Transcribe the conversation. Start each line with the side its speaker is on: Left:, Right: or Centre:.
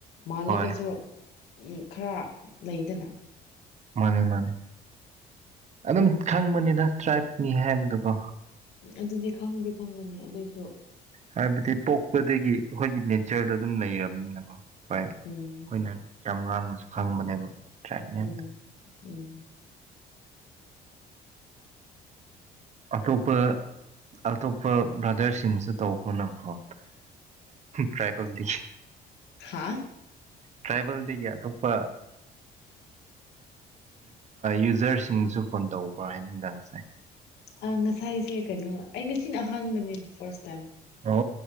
Left: ꯃꯥꯜꯂꯒꯁꯨ
Right: ꯍꯣꯏ
Left: ꯎꯝ ꯈꯔ ꯂꯩꯗꯅ꯫
Right: ꯃꯥꯅꯤ ꯃꯥꯅꯤ ꯑꯗꯨꯝ ꯈꯪꯕꯅꯤꯗ ꯇ꯭ꯔꯥꯏꯕꯅꯤ ꯍꯥꯏꯕꯗꯨꯀꯣ꯫
Left: ꯎꯝ ꯑꯗꯨꯗꯤ ꯈꯪꯗꯤ ꯈꯪꯒꯅꯤ ꯑꯗꯨꯏꯁꯨ꯫
Right: ꯍꯥꯏꯕꯗꯤ ꯄꯣꯛꯄꯗꯒꯤ ꯑꯩꯈꯣꯏꯒꯤ ꯅꯦꯆꯔꯗꯣ ꯑꯗꯨꯝ ꯂꯩꯔꯕꯅꯤꯅꯀꯣ꯫ ꯍꯣꯏ ꯑꯩꯈꯣꯏꯅ
Left: ꯎꯝ
Right: ꯌꯥꯝ ꯉꯥꯡꯉꯁꯨ꯫ ꯈꯪꯕꯅꯦꯕ꯫ ꯇ꯭ꯔꯥꯏꯞꯅꯦ
Left: ꯎꯝ ꯎꯝ꯫
Right: ꯑꯇꯣꯞꯄ-ꯑꯇꯣꯞꯄ ꯕ꯭ꯔꯥꯗꯔꯁꯤꯡꯁꯨ ꯇꯧꯕꯅꯀꯣ ꯇ꯭ꯔꯥꯏꯕꯦꯜꯗꯤ꯫
Left: ꯍꯥ
Right: ꯇ꯭ꯔꯥꯏꯕꯦꯜꯗꯒꯤ ꯑꯇꯣꯞꯄ꯫ ꯌꯨꯖꯔꯁꯤꯡꯁꯨ ꯐꯣꯟ ꯇꯧꯕ꯭ꯔꯥ ꯍꯥꯏꯕꯣ ꯅꯨꯡꯗꯥꯡꯁꯦ꯫
Left: ꯑ ꯉꯁꯥꯏꯁꯦ ꯀꯩꯅꯣ ꯑꯩ ꯉꯁꯤꯅ ꯑꯍꯥꯟꯕꯅꯦ ꯐꯥꯔꯁ ꯇꯥꯏꯝ꯫
Right: ꯑꯣ